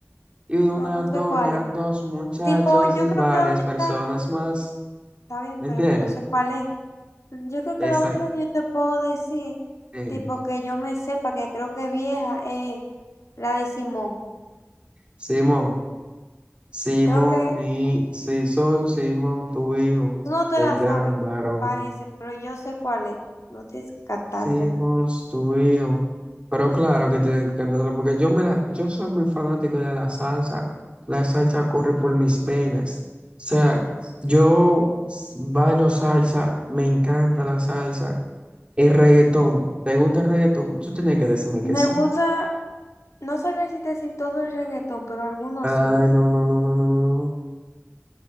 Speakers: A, on the right; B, on the left.
A: Y una
B: no, no
A: doña,
B: sé cuál es.
A: dos muchachos
B: Tipo, yo
A: y
B: creo
A: varias
B: que la única,
A: personas más.
B: está bien,
A: ¿Me
B: pero
A: entiendes?
B: que no sé cuál es. Yo creo que
A: Esa,
B: la única que yo te puedo decir,
A: dime.
B: tipo que yo me sepa, que creo que es vieja, es la de Simón.
A: Simón, Simón,
B: Creo que
A: mi, sí soy Simón, tu hijo,
B: Tú no te
A: el
B: la
A: gran
B: sabes,
A: varón.
B: parece, pero yo sé cuál es. No tienes que cantar
A: Simón,
B: cantártela.
A: tu hijo. Pero claro que tienen que cantarlo porque yo, me la- yo soy muy fanático de la salsa. La salsa corre por mis venas. O sea, yo s- bailo salsa, me encanta la salsa. El reggaetón, ¿te gusta el reggaetón? Tú tienes que decirme
B: Me
A: que sí.
B: gusta, no sabría decirte si te decir todo el reggaetón, pero algunos
A: Ay,
B: sí.
A: no, no, no, no, no, no. no.